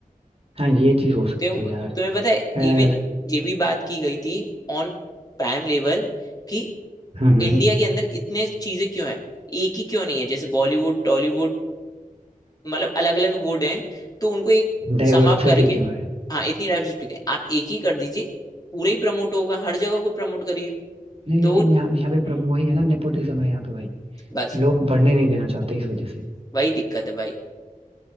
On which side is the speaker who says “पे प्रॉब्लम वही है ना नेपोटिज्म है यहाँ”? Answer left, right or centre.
Right